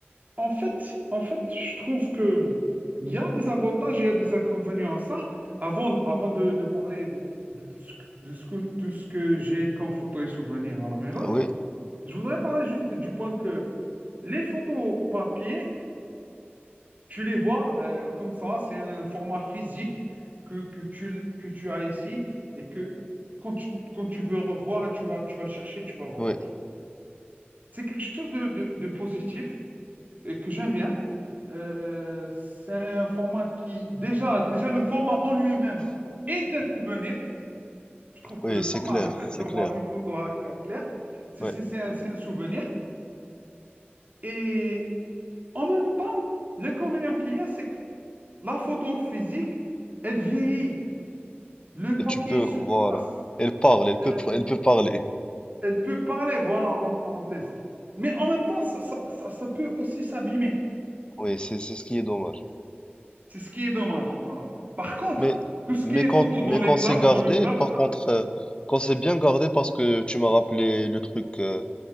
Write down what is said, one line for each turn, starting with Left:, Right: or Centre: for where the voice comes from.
Right: En fait, en fait, je trouve que il y a des avantages et il y a des inconvénients à ça. Avant, avant de, de parler de, de tout ce, que, de ce que- tout ce que j'ai comme photos et souvenirs à la maison,
Left: Oui,
Right: je voudrais parler juste du point que les photos papier, tu les vois euh, comme ça, c'est un format physique que, que tu, que tu as ici et que quand tu, quand tu veux revoir, tu vas, tu vas le chercher, tu vas le revoir.
Left: oui,
Right: C'est quelque chose de, de de positif et que j'aime bien. Euh, c'est un format qui, déjà, déjà le format en lui-même est un souvenir. Je trouve
Left: oui,
Right: que le format,
Left: c'est clair,
Right: le fait
Left: c'est
Right: d'avoir
Left: clair.
Right: une photo à cas clair, c'est
Left: Oui.
Right: c'est- c'est un, c'est un souvenir. Et en même temps, l'inconvénient qu'il y a, c'est que la photo physique, elle vieillit. Le
Left: Et
Right: papier
Left: tu peux,
Right: se
Left: voilà.
Right: froisse.
Left: Elle parle, elle
Right: Euh,
Left: peut, pr- elle peut parler.
Right: elle peut parler, voilà, en parenthèse. Mais en même temps, ça, ça, ça, ça peut aussi s'abîmer.
Left: Oui, c'est c'est ce qui est dommage.
Right: C'est ce qui est dommage, voilà. Par contre,
Left: Mais,
Right: tout ce
Left: mais
Right: qui est
Left: quand,
Right: photo
Left: mais
Right: dans les
Left: quand
Right: cla-
Left: c'est gardé,
Right: dans le cloud,
Left: par contre, euh, quand c'est bien gardé, parce que tu m'as rappelé
Right: oui.
Left: le truc euh,